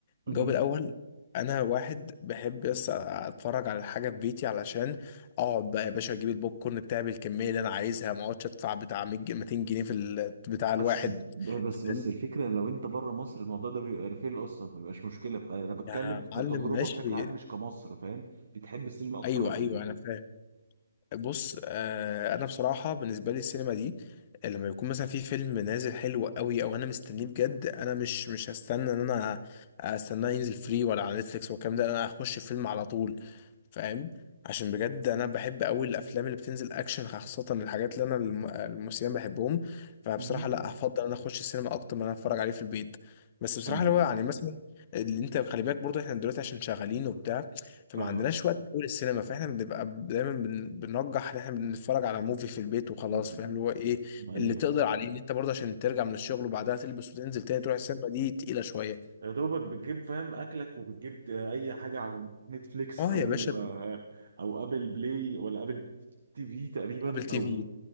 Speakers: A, on the right; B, on the left.
A: مهم.
B: الجواب الاول انا واحد بحب بس اتفرج على الحاجه في بيتي علشان اقعد بقى يا باشا اجيب البوب كورن بتاعي بالكميه اللي انا عايزها ما اقعدش ادفع بتاع 100 جنيه- 200 جنيه في ال- بتاع الواحد
A: بس بس
B: فاهم
A: بس الفكره لو انت بره مصر الموضوع ده بيبقى ريفيل اصلا فمبيبقاش مشكله فانا بتكلم
B: يا
A: كتجربه
B: معلم ماشي
A: بشكل عام مش كمصر فاهم بتحب السينما اكتر
B: ايوه
A: ولا
B: ايوه
A: البيت
B: انا فاهم بص آه انا بصراحه بالنسبه لي السينما دي لما يكون مثلا في فيلم نازل حلو قوي او انا مستنيه بجد انا مش مش هستنى ان انا استناه ينزل فري ولا على نتفليكس والكلام ده انا هخش فيلم على طول فاهم عشان بجد انا بحب قوي الافلام اللي بتنزل اكشن خاصه الحاجات اللي انا الم- الممثلين بحبهم فبصراحه
A: مهم.
B: لا هفضل ان انا اخش السينما اكتر من ان انا اتفرج عليه في البيت بس بصراحه
A: ايوه
B: اللي هو يعني مثلا اللي انت خلي بالك برضه احنا دلوقتي عشان شغالين وبتاع فما
A: فاهمك
B: عندناش وقت نقول السينما فاحنا بنبقى دايما بن- بنرجح ان احنا بنتفرج على موفي في البيت وخلاص
A: م-
B: فاهم اللي هو ايه
A: ايوه
B: اللي تقدر عليه ان انت برضه عشان ترجع من الشغل وبعدها تلبس وتنزل تاني تروح السينما دي تقيلة شوية
A: يا دوبك بتجيب فاهم اكلك وبتجيب اي حاجه على نتفليكس
B: اه
A: او
B: يا باشا
A: آه، او ابل بلاي ولا ابل تي في تقريبا
B: ابل تي
A: او
B: في